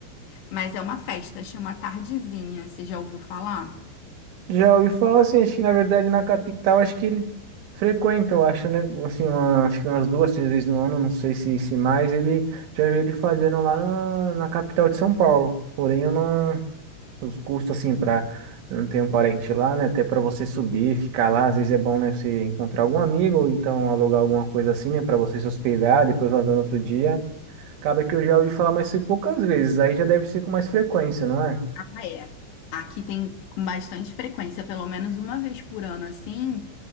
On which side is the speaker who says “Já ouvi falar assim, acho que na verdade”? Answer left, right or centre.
Right